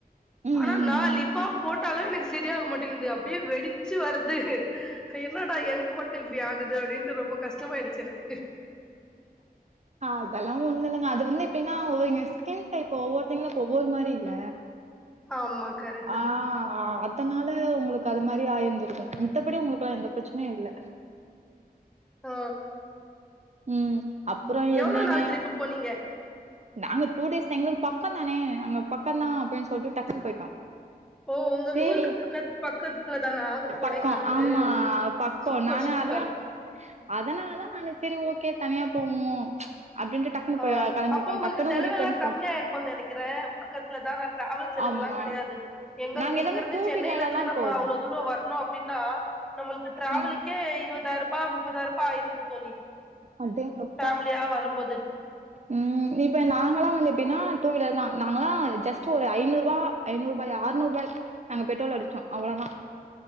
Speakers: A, on the right (about 45°); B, in the centre.
A: ம்
B: ஆனா
A: ம்
B: நா
A: ம்
B: லிப்பாம் போட்டாலு எனக்கு சரியாக மாட்டேங்குது அப்டியே வெடிச்சு வருது என்னடா எனக்கு மட்டு இப்பிடி ஆகுது அப்பிடின்னுட்டு ரொம்ப கஷ்டமாயிடுச்சி எனக்கு
A: அதெல்லா ஒண்ணுலிங்க அது வந்து எப்பிடினா ஒருங்க ஸ்கின் டைப் ஒவ்வொருத்தங்க ஒவ்வொரு மாரி இல்ல
B: ஆமா கரெட்
A: ஆ அதனால உங்களுக்கு அது மாரி ஆயிருந்துருக்கு மித்தபடி உங்களுக்கு எல்லா எந்த பிரச்சனையு இல்ல
B: ஓ
A: ம் அப்புறோ என்னங்க
B: எவ்ளோ நாள் ட்ரிப்பு போனீங்க
A: நாங்க டூ டேஸ் எங்களுக்கு பக்க தானே நாங்க பக்க தா அப்டினு சொல்லிட்டு டக்குனு போயிட்டோ
B: ஓ உங்க
A: சேரி
B: ஊருக்கு பக்கத் பக்கத்துல தானா கொடைக்கானலு
A: பக்கோ ஆமா பக் கோ
B: சூப்பர்
A: நானு
B: சூப்பர்
A: அதன அதனால தா நானு சரி ஓகே தனியா போகுவோ அப்டின்ட்டு டக்குன்னு
B: ஆ
A: போய் கெளம்பிட்டோம்.
B: அப்போ உங்களுக்கு
A: டக்குன்னு
B: செலவு
A: முடிவு
B: எல்லா
A: பண்ணி
B: கம்மியா
A: போச்சு.
B: இருக்குன் நெனக்கிறே பக்கத்துலதான அ டிராவல் செலவுல்லா
A: ஆமா.
B: கெடையாது எங்களுக்கு
A: நாங்க எல்லாமே
B: இங்க இருந்து
A: டூ
B: சென்னையில
A: வீலர்ல
B: இருந்து
A: தான்
B: நம்ம
A: போவோம்.
B: அவ்ளோ தூர வரணு அப்டினா நம்மளுக்கு டிராவலுக்கே
A: ம்.
B: இருபதாயிர ரூபா முப்பதாயிர ரூபா ஆயிருது தோழி
A: அடேங்கப்
B: ஃபேமிலியா வரும்போது
A: ம் இப்ப நாங்கல்லா வந்து எப்டின்னா டூ வீலர் தா நாங்களா ஜஸ்ட் ஒரு ஐநூறுவா ஐநூறுபாயா ஆறுநூறுவாய் நாங்க பெ்ரோல் அடிச்சோ அவ்ளோதா